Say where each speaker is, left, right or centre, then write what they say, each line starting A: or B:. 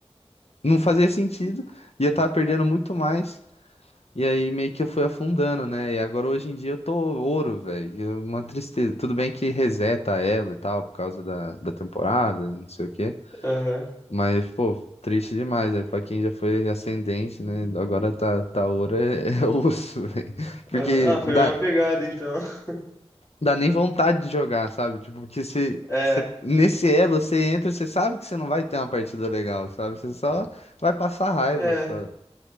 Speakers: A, on the left; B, on the left.
A: não fazia sentido. E eu tava perdendo muito mais. E aí meio que eu fui afundando, né? E agora hoje em dia eu tô ouro, velho. É Uma tristeza. Tudo bem que reseta ela e tal, por causa da, da temporada e não sei o quê.
B: Aham,
A: Mas, pô, triste demais, né? Pra quem já foi ascendente, né? Agora tá, tá ouro é, <laughs> é osso, velho. Porque
B: aham. Ah, foi
A: dá,
B: a mesma pegada, então. <laughs>
A: dá nem vontade de jogar, sabe? Tipo, porque você,
B: É,
A: você, nesse elo você entra, você sabe que você não vai ter uma partida legal, sabe? Você só vai passar raiva,
B: é.
A: só.